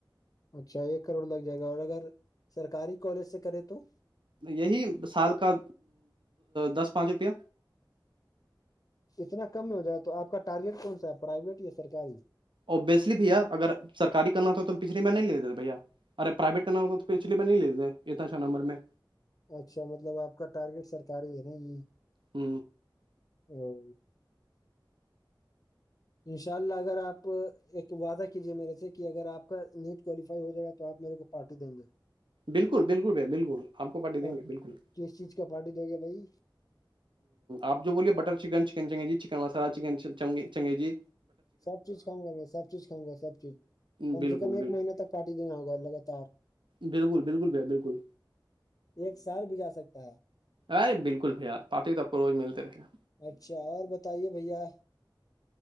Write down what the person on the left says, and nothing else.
اچھا ایک کروڑ لگ جائے گا اور اگر سرکاری کالج سے کرے تو
اتنا کم میں ہو جائے تو آپ کا ٹارگیٹ کون سا ہے پرائیویٹ یا سرکاری
اچھا مطلب آپ کا ٹارگیٹ سرکاری ہے نا یہ
او انشاء اللہ اگر آپ ایک وعدہ کیجیے میرے سے کہ اگر آپ کا نیٹ کوالیفائی ہو جائے گا تو آپ میرے کو پارٹی دیں گے
اور
کس چیز کا پارٹی د گے بھائی
سب چیز کھاؤںا میں سب چیز کاؤںا سب چیز کم
سے کم ایک
مہینہ تک پارٹی دینا ہوگا لگاتار
ایک سال بھی جا سکتا ہے
اچھا اور بتائیے بھیا